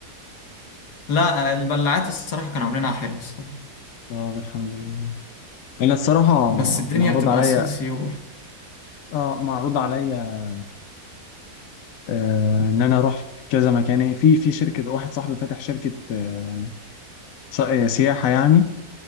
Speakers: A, on the left; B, on the left.
A: لا البلعات الصراحة كانوا عاملينها حلو الصراحة
B: طب الحمد لله انا الصراحه
A: بس الدنيا
B: معروض
A: بتبقى
B: عليا
A: سيول سيول
B: اه معروض عليا آه، ان انا اروح في كذا مكان يعني في في شركه واحد صاحبي فاتح شركه آه، ص- آه، سياحه يعني